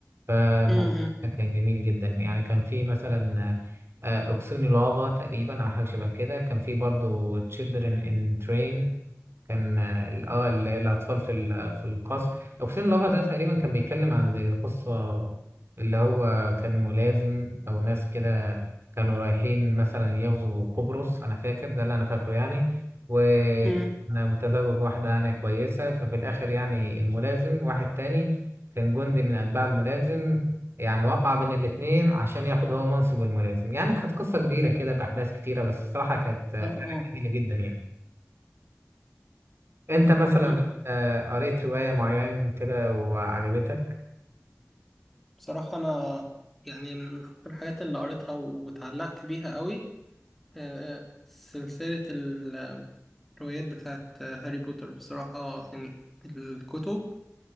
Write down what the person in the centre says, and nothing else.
امم
امم
اه اه
أمم.
بصراحة انا يعني من اكتر الحاجات اللي قريتها واتعلقت بيها قوي آه، سلسلة ال- الروايات بتاعت هاري بوتر بصراحة يعني الكتب